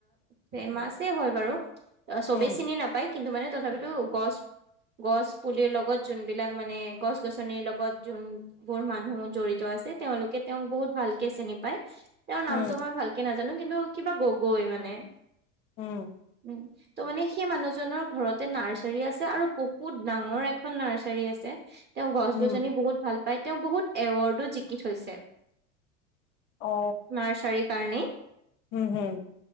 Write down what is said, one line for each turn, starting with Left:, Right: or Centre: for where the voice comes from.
Right: ফেমাছে হয় বাৰু অ চবেই
Left: উম
Right: চিনি নাপায় কিন্তু মানে তথাপিতো গছ গছ পুলিৰ লগত যোনবিলাক মানে গছ গছনিৰ লগত যোনবোৰ মানুহ জঢ়িত আছে। তেওঁলোকে তেওঁওক বহুত <unintelligible> ভালকে চিনি পায় তেওঁৰ
Left: উম
Right: নামটো মই ভালকে নাজানো? জানো কিন্তু কিবা গগৈ মানে
Left: উম
Right: উম ত' মানে সেই মানুহজনৰ ঘৰতে নাৰ্চাৰি আছে আৰু বহুত ডাঙৰ এখন নাৰ্চাৰি আছে। তেওঁ গছ
Left: উম
Right: গছনি বহুত ভাল বাই তেওঁ বহুত এৱাৰ্ডো জিকি থৈছে।
Left: অ
Right: নাৰ্চাৰী কাৰণে
Left: উম উম